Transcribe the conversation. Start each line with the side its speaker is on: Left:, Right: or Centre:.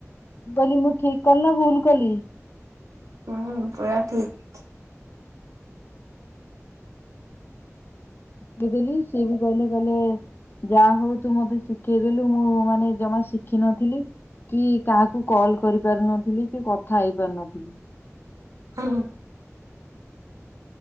Left: କହିଲି ମୁଁ ଠିକ କଲି ନା ଭୁଲ କଲି?
Right: ହୁଁ ପୁରା ଠିକ
Left: ଦେଇ ଦେଲି ସିଏ ବି କହଲେ କଲେ ଯାହା ହଉ ତୁ ମତେ ଶିଖେଇଦେଲୁ ମୁଁ ମାନେ ଜମା ଶିଖିନଥିଲି। କି କାହାକୁ କଲ କରି ପାରୁନଥିଲି କି କଥା ହେଇ ପାରୁନଥିଲି।
Right: ହ ହ।